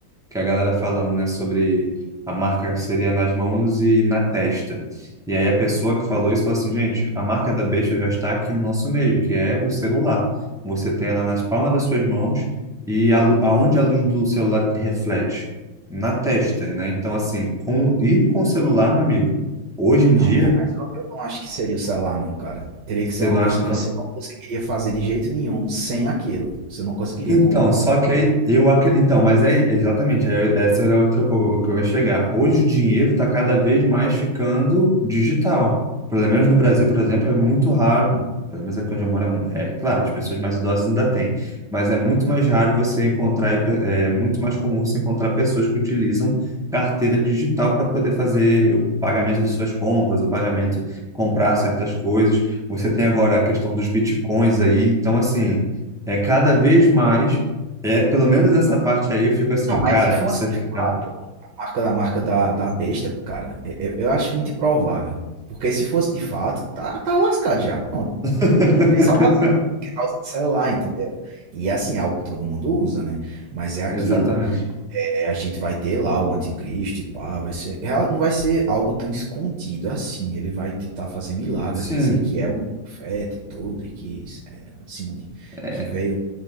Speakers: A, in the centre; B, on the right.
A: que a galera falando, né, sobre a marca seria nas mãos e na testa. E aí a pessoa que falou isso falou assim, gente, a marca da besta já está aqui no nosso meio, que é o celular. Você tem ela nas palmas das suas mãos e a, lu- aonde a luz do celular reflete? Na testa, né? Então, assim, com, e com o celular, meu amigo, hoje em
B: Não,
A: dia,
B: pô, mas eu, eu não acho que seria o celular, não, cara. Teria
A: você
B: que ser uma
A: não
B: coisa
A: acha,
B: que
A: não?
B: você não conseguiria fazer de jeito nenhum sem aquilo. Você não conseguiria
A: Então,
B: comprar.
A: só que aí eu acre- então, mas é exatamente, aí eu- essa era outra o o que eu ia chegar. Hoje o dinheiro está cada vez mais ficando digital. Pelo menos no Brasil, por exemplo, é muito raro, pelo menos aqui onde eu moro, é, mu- é, claro, as pessoas mais idosas ainda têm, mas é muito mais raro você encontrar, e pe- é muito mais comum você encontrar pessoas que utilizam carteira digital para poder fazer o pagamento de suas compras, o pagamento, comprar certas coisas. Você tem agora a questão dos bitcoins aí, então assim, é cada vez mais, é, pelo menos essa parte aí eu fico assim,
B: Não, mas
A: cara,
B: se fosse
A: isso
B: de
A: aqui tá.
B: fato a marca da marca da, da besta, cara, eu, eu eu acho muito improvável. Porque se fosse de fato, tá, tá lascado já. Pronto. <laughs>
A: <laughs>
B: Não tem salvação. Porque tá usando celular, entendeu? E é assim, é algo que todo mundo usa, né? Mas é aquilo.
A: Exatamente.
B: É, a gente vai ter lá o anticristo e pá, vai ser, ela não vai ser algo tão escondido assim. Ele vai tentar fazer milagres,
A: Sim,
B: vai dizer que é um profeta e tudo, e que é, acima de
A: é,
B: que veio